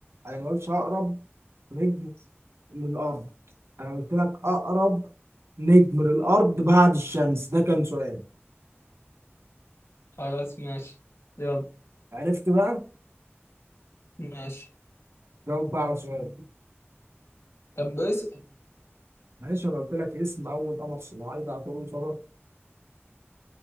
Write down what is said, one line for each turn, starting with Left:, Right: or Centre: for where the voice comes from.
Right: انا ما قلتش اقرب نجم للارض انا قلت لك اقرب نجم للارض بعد الشمس ده كان سؤال
Left: خلاص ماشي يلا
Right: عرفت بقى
Left: ماشي
Right: جاوب بقى على سؤال
Left: طب اسأل
Right: معلش انا قلت لك اسم اول قمر صناعي ده طول صدى